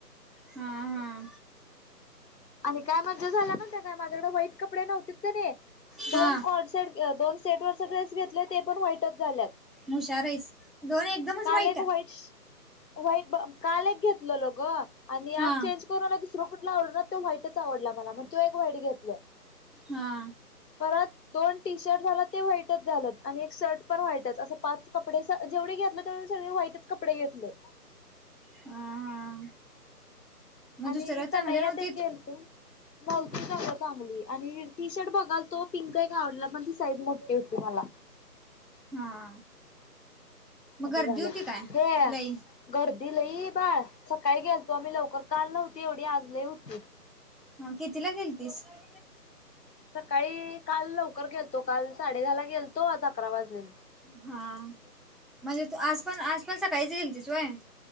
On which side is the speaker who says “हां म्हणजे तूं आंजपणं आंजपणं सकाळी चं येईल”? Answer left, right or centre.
Centre